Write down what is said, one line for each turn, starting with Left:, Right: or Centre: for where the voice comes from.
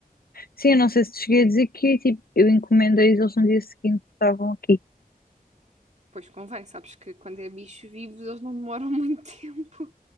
Left: Sim, eu não sei se te cheguei a dizer que tipo, eu encomendei-os, eles no dia seguinte estavam aqui.
Right: Pois convém, sabes que quando é bicho vivo eles não demoram <laughs> muito tempo